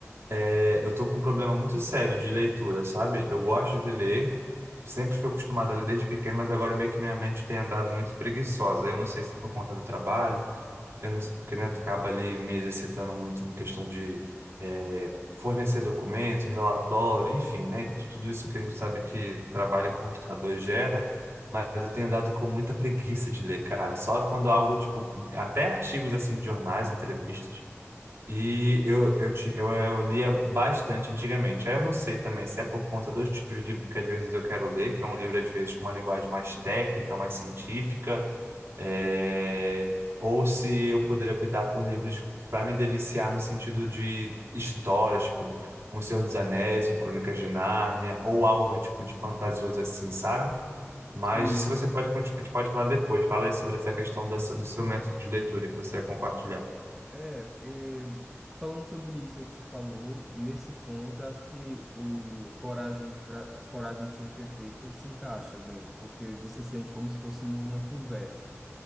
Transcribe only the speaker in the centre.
sim.
É, é, falando sobre isso aí que você falou, nesse ponto, eu acho que o coragem pra, coragem de ser imperfeito se encaixa bem, porque você sente como se fosse numa conversa.